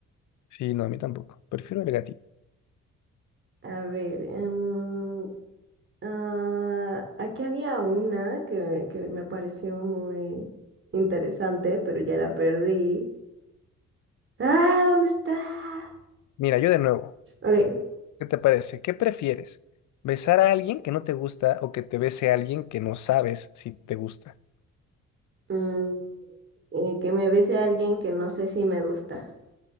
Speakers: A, on the left; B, on the right.
A: Sí, no, a mí tampoco. Prefiero el gatito.
B: A ver, em, Ah, aquí había una que, que me pareció muy interesante, pero ya la perdí. ¡Ah! ¿Dónde está?
A: Mira, yo de nuevo,
B: Ok.
A: ¿qué te parece? ¿Qué prefieres? ¿Besar a alguien que no te gusta o que te bese a alguien que no sabes si te gusta?
B: mm, eh, que me bese a alguien que no sé si me gusta.